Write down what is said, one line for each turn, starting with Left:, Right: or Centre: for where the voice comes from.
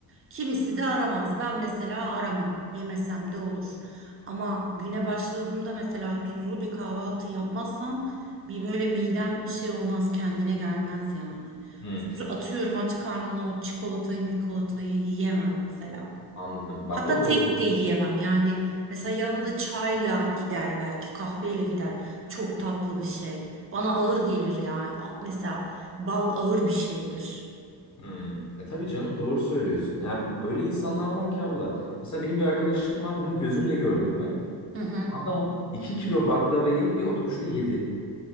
Right: Kimisi de aramaz. Ben mesela aramam. Yemesem de olur. Ama güne başladığımda mesela tuzlu bir kahvaltı yapmazsam bir böyle midem şey olmaz, kendine gelmez yani.
Left: Hmm,
Right: Atıyorum aç karnına o çikolatayı, mikolatayı yiyemem mesela.
Left: anladım. Bak
Right: Hatta
Left: o doğru.
Right: tek de yiyemem yani. Mesela yanında çayla gider belki, kahveyle gider. Çok tatlı bir şey. Bana ağır gelir yani. Al- Mesela bal ağır bir şeydir.
Left: Hmm. E tabii canım doğru söylüyorsun. Yani öyle insanlar var ki abla. Mesela benim bir arkadaşım var. Bunu gözümle gördüm ben.
Right: Hı hı.
Left: Adam 2 kilo baklavayı bir oturuşta yedi.